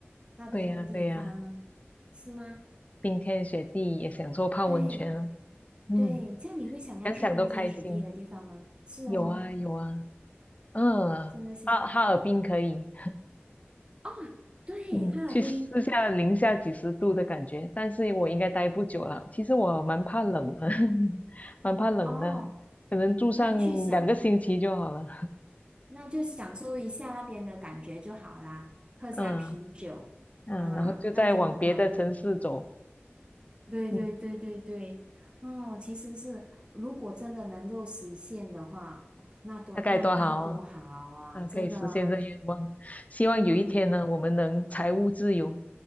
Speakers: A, on the right (about 25°); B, on the left (about 35°).
A: 那边的地方，
B: 对呀对呀，
A: 是吗？
B: 冰天雪地也享受泡温泉了，
A: 对
B: 嗯，
A: 对，这样你会想要去冰天雪地的地方吗？
B: 想想都开心。
A: 是哦，
B: 有啊有啊，嗯，
A: 真的是。
B: 哈哈尔滨可以，
A: 哦对，
B: 嗯，
A: 哈尔滨
B: 去试下零下几十度的感觉，但是我应该待不久了。其实我蛮怕冷的，<laughs> 蛮怕冷的，
A: 哦，
B: 可能住上两个星期就好了。
A: 那去享，那就享受一下那边的感觉就好啦，喝下啤酒，
B: 嗯嗯，
A: 啊，
B: 然后就再往别的城市走，
A: 那就很好了。对对对对对，
B: 嗯，
A: 哦，其实是如果真的能够实现的话，哇那多那该多好啊！
B: 大概多好啊！嗯，
A: 真的啊
B: 可以实现这愿望。希望有一天呢，
A: 嗯，
B: 我们能财务自由，